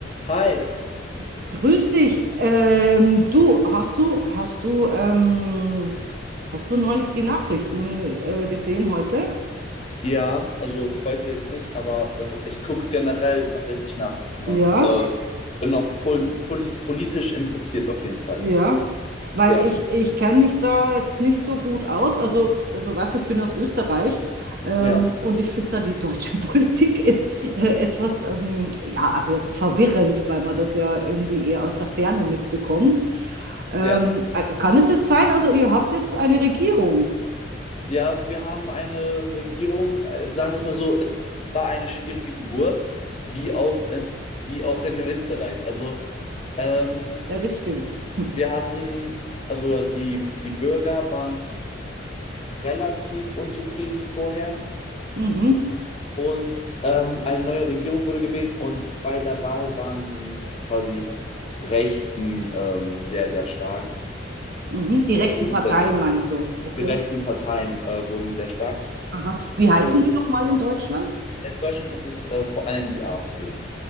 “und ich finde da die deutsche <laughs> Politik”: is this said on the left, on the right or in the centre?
Right